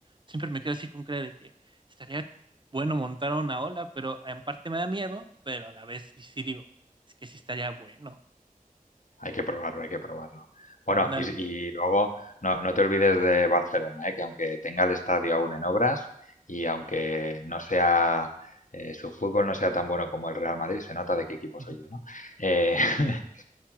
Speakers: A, on the right (about 35°); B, on the left (about 60°).
A: siempre me quedo así con cara de que. Estaría bueno montar una ola, pero en parte me da miedo, pero a la vez sí, sí digo, es que sí estaría bueno.
B: hay que probarlo, hay que probarlo. Bueno,
A: Ándale.
B: y, si- y luego no, no te olvides de Barcelona, ¿eh? Que aunque tenga el estadio aún en obras y aunque no sea eh, su fútbol no sea tan bueno como el Real Madrid, se nota de qué equipo
A: <laughs>
B: soy yo, ¿no? Eh, <laughs>